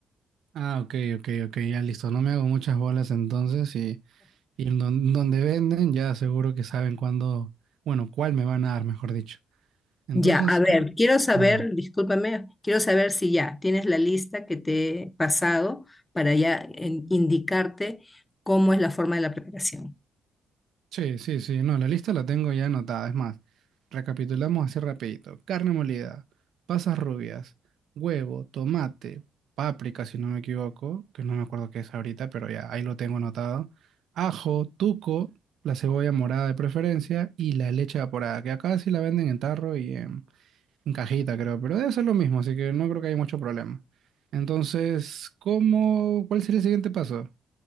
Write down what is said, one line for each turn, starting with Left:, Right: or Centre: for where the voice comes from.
Right: Ah, ok, ok, ok, ya listo. No me hago muchas bolas entonces y, y en don- donde venden ya seguro que saben cuándo, bueno, cuál me van a dar, mejor dicho. Entonces
Left: Ya, a ver,
Right: creo,
Left: quiero saber,
Right: a ver.
Left: discúlpame, quiero saber si ya tienes la lista que te he pasado para ya en- indicarte cómo es la forma de la preparación.
Right: Sí, sí, sí. No, la lista la tengo ya anotada. Es más, recapitulamos así rapidito. Carne molida, pasas rubias, huevo, tomate, páprica, si no me equivoco, que no me acuerdo qué es ahorita, pero ya ahí lo tengo anotado. Ajo, tuco, la cebolla morada de preferencia y la leche evaporada, que acá sí la venden en tarro y en, en cajita, creo, pero debe ser lo mismo, así que no creo que haya mucho problema. Entonces, ¿cómo, cuál sería el siguiente paso?